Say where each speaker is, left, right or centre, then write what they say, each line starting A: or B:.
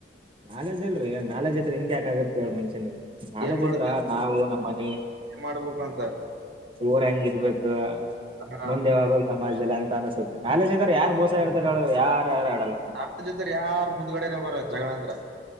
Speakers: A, on the right; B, on the right.
A: ನಾಲೇಜ್ ಅಲ್ರೀ ನಾಲೆಜ್ ಇದ್ರೆ ಹಿಂಗಗೆ ಯಾಕಾಗತ್ತೆ ಮನುಷ್ಯನಿಗೆ ನಾಲೆಜ್
B: ಏನ್ ಮಾಡ್ತ
A: ಇದ್ರ ನಾವು ನಮ್ಮ್ ಮನೆ
B: ಮಾಡ್ಬೇಕು ಅಂತ
A: ಊರ ಹೆಂಗ ಇರ್ಬೇಕು
B: ಹ
A: ಮುಂದೆವಾಗ ಸಮಾಜದಲ್ಲಿ ಅಂತ ಅನ್ಸುತ್ತೆ ನಾಲೇಜ ಇದಾರೆ ಯಾರು ಮೋಸ ಹ ಹೇಗತಾರ ಯಾರು ಆಡಲ್ಲ
B: ನಾ ಜೊತೆರ್ ಯಾರ ಮುಂದ್ಗಡೆನೆ ಬರಲಾ ಜಗಳಂದ್ರ.